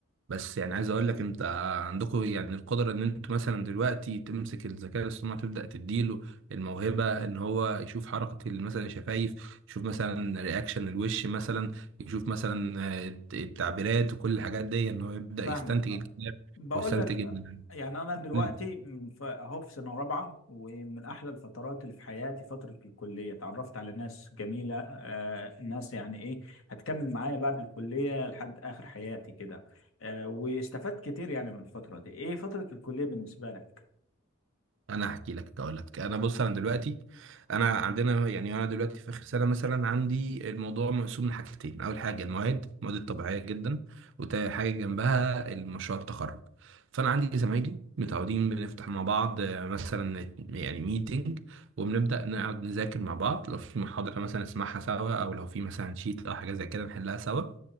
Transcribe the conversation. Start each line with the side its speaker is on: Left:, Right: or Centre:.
Right: بس يعني عايز اقول لك انت عندكم يعني القدره ان انتوا مثلا دلوقتي تمسك الذكاء الاصطناعي تبدا تديله الموهبه ان هو يشوف حركه ال- مثلا الشفايف يشوف مثلا رياكشن الوش مثلا يشوف مثلا آه، التعبيرات وكل الحاجات دي ان هو يبدا
Left: فاهمك
Right: يستنتج
Left: فاهم
Right: الكلام
Left: بقول
Right: ويستنتج
Left: لك
Right: ال-
Left: يعني انا دلوقتي
Right: قول لي.
Left: م- ف- اهو في سنه رابعه ومن احلى الفترات اللي في حياتي فتره الكليه اتعرفت على ناس جميله آه ناس يعني ايه هتكمل معايا بعد الكليه لحد اخر حياتي كده آه واستفدت كتير يعني من الفتره دي ايه فتره الكليه بالنسبه لك
Right: انا هحكي لك اقول لك انا بص انا دلوقتي انا عندنا يعني انا دلوقتي في اخر سنه مثلا عندي الموضوع مقسوم لحاجتين اول حاجه المواد المواد الطبيعيه جدا وتاني حاجه جنبها المشروع التخرج فانا عندي زمايلي متعودين بنفتح مع بعض آه، مثلا يعني ميتنج وبنبدا نقعد نذاكر مع بعض لو في محاضره مثلا نسمعها سوا او لو في مثلا شيت او حاجه زي كده نحلها سوا